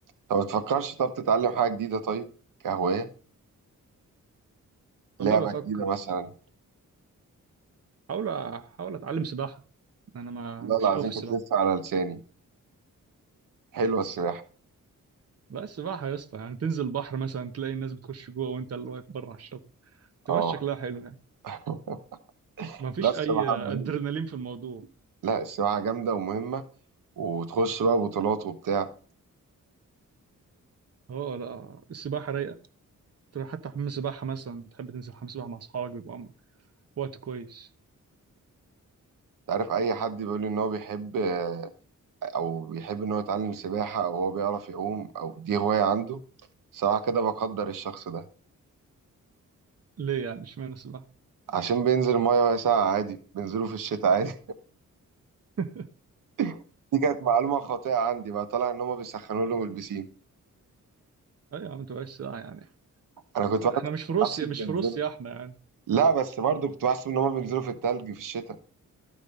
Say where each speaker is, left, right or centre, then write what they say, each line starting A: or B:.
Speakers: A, on the right; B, on the right.
A: طب ما تفكرش طب تتعلم حاجة جديدة طيب كهواية لعبة
B: والله بفكر
A: جديدة مثلا
B: احاول احاول اتعلم سباحة انا ما
A: لا
B: مش
A: العظيم
B: قوي في السباحة
A: كانت لسه على لساني حلوة السباحة
B: لا السباحة يا اسطى يعني تنزل البحر مثلا تلاقي الناس بتخش جوه وانت اللي واقف بره على الشط تبقى
A: اه
B: شكلها حلو يعني
A: <laughs>
B: ما فيش
A: لا السباحة
B: اي ادرينالين
A: مهمة
B: في الموضوع
A: لا السباحة جامدة ومهمة وتخش بقى بطولات وبتاع
B: اه لا السباحة رايقة تروح حتى حمام سباحة مثلا بتحب تنزل حمام سباحة مع اصحابك بيبقى وقت كويس
A: تعرف اي حد بيقول لي ان هو بيحب آه، او بيحب ان هو يتعلم سباحة او هو بيعرف يعوم او دي هواية عنده صراحة كده بقدر الشخص ده
B: ليه يعني اشمعنى السباحة
A: عشان بينزل المية وهي ساقعة عادي بينزلوا في الشتاء عادي
B: <laughs>
A: <laughs> دي كانت معلومة خاطئة عندي بقى طلع ان هما بيسخنوا لهم البسين
B: اي يا عم تبقاش ساعة يعني
A: انا
B: بس
A: كنت
B: احنا
A: بحس-
B: مش في روسيا
A: بحسب
B: مش
A: بينزلوا
B: في روسيا احنا يعني
A: لا بس برضه كنت بحسب ان هما بينزلوا في التلج في الشتاء